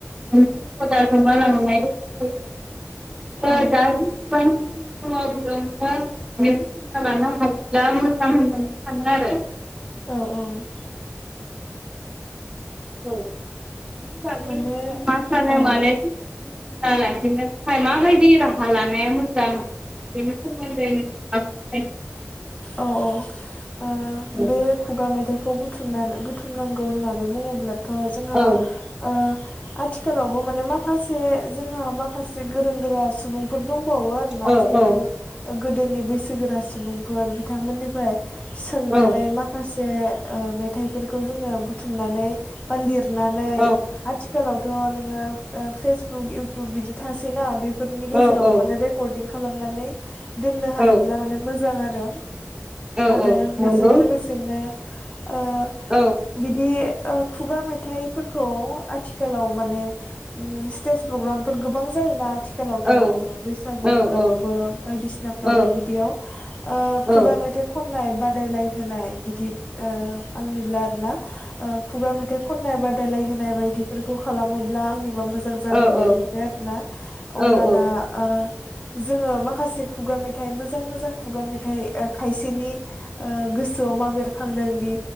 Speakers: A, on the right; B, on the left.
A: ज समपदा गोमालांनाय बदि जायो बेनिखायनो दा
B: औ
A: जसेबां सम दङ बेयावनो मेथना लानो हायोब्ला मोजां होननानै सानो आरो
B: औ औ
A: औ बेनि
B: माने
A: मा सानो
B: औ
A: माने सना लाखिनो थाखाय माबायदि राहा लानाया मोजांमोन बेनि सोमोन्दै नोंथाङ <unintelligible>
B: औ औ ओ
A: औ
B: बे खुगा मेथाइ खौ बुथुमनानै बुथुमनांगौ होननानै बुङोब्ला थ' जोंहा
A: औ
B: ओ आथिखालावबो माने माखासे जोंहा माखासे गोरों गोरा सुबुंफोर दंबावो आरोना
A: औ
B: जिहेथु
A: औ
B: गोदोनि <unintelligible> सि गोरा सुबुंफोर बिथांमोननिफ्राय सोंनानै
A: औ
B: माखासे ओ मेथाइफोरखौ जोङो बुथुमनानै बा लिर सनानै
A: औ
B: आथिखालावथ' नोङो ओ फेसबुक इउटुब बिदि थासैना बे नि गेजेराव
A: औ
B: माने रेकर खालामनानै दोननो
A: औ
B: हायो अब्ला माने मोजां आरो
A: औ
B: <inaudible> आरो
A: औ नंगौ
B: बेजों लोगोसेनो ओ
A: औ
B: बिदि ओ खुगा मेथाइफोरखौ आथिखालाव माने उम स्टेज प्रग्रामफोर गोबां जायोना आथि आथिखालावथ'
A: औ
B: बैसागुफोरावबो
A: औ औ
B: बायदिसिनाफोरावबो
A: औ
B: बिदि बेयाव ओ खुगा
A: औ
B: मेथाइ खननाय बाद बादायलायहोनाय बिदि ओ आंनिब्ला आरो ना ओ खुगा मेथाइ खन्नाय बादायलायनाय होनाय बायदिफोरखौ खालामोब्ला आंनि मोजां जागोन
A: औ औ
B: बायदि मोनो आरोना
A: नंगौ
B: अब्लाना
A: औ
B: ओ जोङो माखासे खुगा मेथाइ मोजां मोजां मोजां खुगा मेथाइ खायसेनि ओ गोसो गोसोआव मा बेरखांदों बे